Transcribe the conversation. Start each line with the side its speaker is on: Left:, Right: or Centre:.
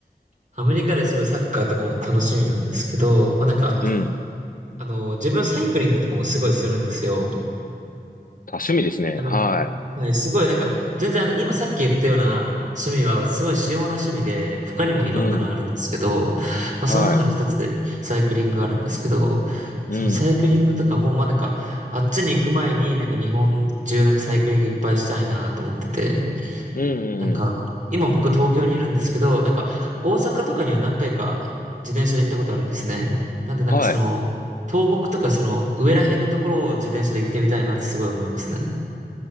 Right: アメリカですごいサッカーとかも楽しみなんですけど、まあなんか、
Left: うん。
Right: あの、自分サイクリングとかもすごいするんですよ。
Left: 多趣味ですね。
Right: なので
Left: は
Right: はい、すごいなんか、全然あの、今さっき言ったような趣味はすごい主要な趣味で、他にもいろんなのあるんですけど、
Left: い。うん。
Right: まあその中の一つでサイクリングがあるんですけど、
Left: はい。うん。
Right: そのサイクリングとかも、まあなんか、あっちに行く前になんか日本中なんかサイクリングいっぱいしたいなと思ってて、
Left: うん、
Right: なんか、
Left: うん、うん。
Right: 今僕は東京にいるんですけど、なんか大阪とかには何回か自転車で行ったことあるんですね。なんでなんかその、
Left: はい。
Right: 東北とかその上ら辺のところを自転車で行ってみたいなってすごい思いますね。